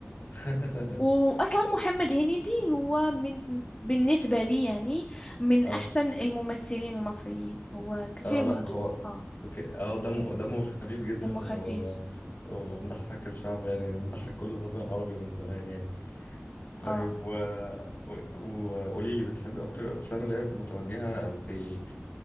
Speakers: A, on the left; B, on the left.
A: <laughs>
B: واصلا محمد هنيدي هو من بالنسبه لي يعني من
A: اه
B: احسن الممثلين المصريين هو كتير
A: اه لا
B: مهضوم
A: هو
B: اه
A: اوكي اه دمه دمه خفيف جدا
B: دمه خفيف
A: و... ومضحك الشعب يعني مضحك كل الوطن العربي من زمان يعني طيب
B: اه
A: و وقولي لي بتحبي اكتر الافلام اللي هي متوجهه في